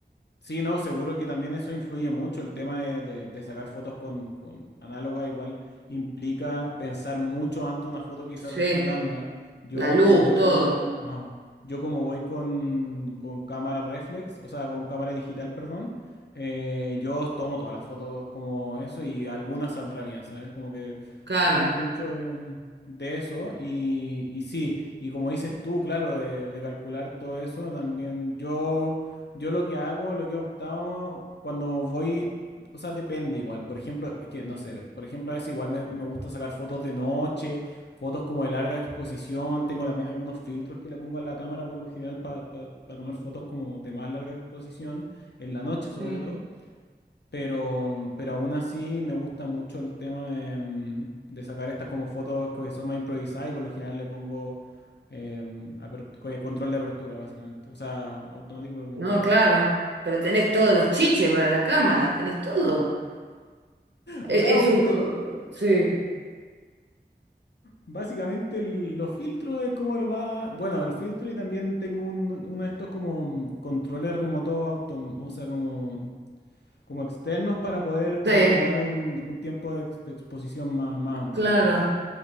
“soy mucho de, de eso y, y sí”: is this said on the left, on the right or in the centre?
Left